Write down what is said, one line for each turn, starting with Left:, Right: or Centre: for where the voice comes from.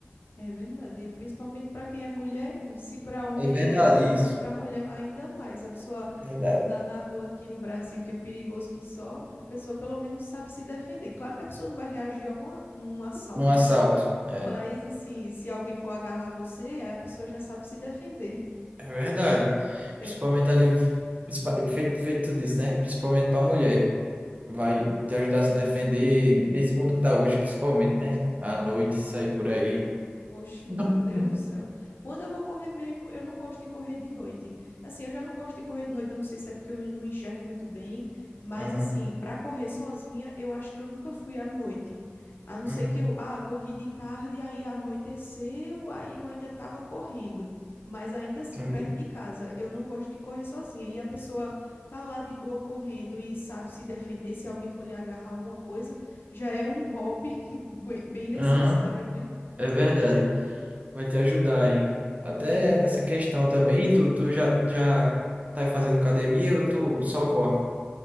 Left: É verdade. E principalmente para quem é mulher, e se para homem
Right: É verdade
Left: já é importante,
Right: isso,
Left: para mulher ainda mais. A pessoa
Right: é verdade.
Left: andar na rua aqui no Brasil, que é perigoso que só, a pessoa pelo menos sabe se defender. Claro que a pessoa não vai reagir a um, a- um assalto,
Right: Um assalto.
Left: né?
Right: é.
Left: Mas assim, se alguém for agarrar você, aí a pessoa já sabe se defender.
Right: É verdade.
Left: É,
Right: Principalmente ali, principal- feito, feito tudo isso, né? Principalmente pra mulher. Vai te ajudar a se defender nesse mundo que tá hoje, principalmente, né? À noite,
Left: é,
Right: sair por aí. <laughs>
Left: oxe, meu
Right: Não,
Left: Deus do céu. Quando eu vou correr mesmo, eu não gosto de correr de noite. Assim, eu já não gosto de correr de noite, eu não sei se é porque eu não enxergo muito bem, mas
Right: não.
Left: assim,
Right: Uhum,
Left: para correr sozinha, eu acho que eu nunca fui à noite. A não ser
Right: uhum,
Left: que eu, ah, corri de tarde, aí anoiteceu, aí eu ainda estava correndo. Mas ainda assim,
Right: entendi.
Left: perto de casa, eu não gosto de correr sozinha. E a pessoa tá lá de boa correndo e sabe se defender, se alguém for lhe agarrar alguma coisa, já é um hobby <laughs> bem bem necessário,
Right: Aham,
Left: né?
Right: é verdade. Vai te ajudar aí. Até
Left: É,
Right: nessa questão também. E tu, tu já, já tá fazendo academia ou tu só corre?